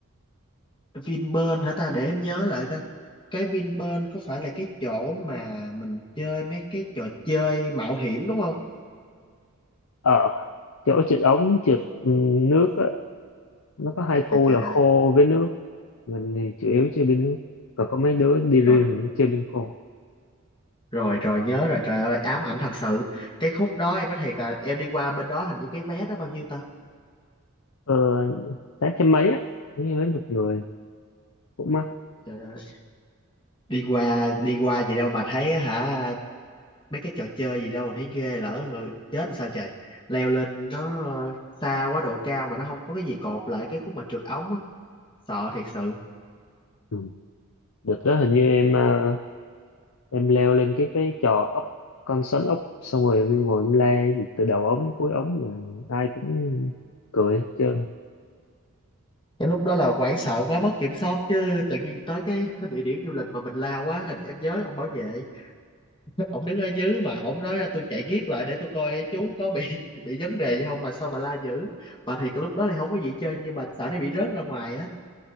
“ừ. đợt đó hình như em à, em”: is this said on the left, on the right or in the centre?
Left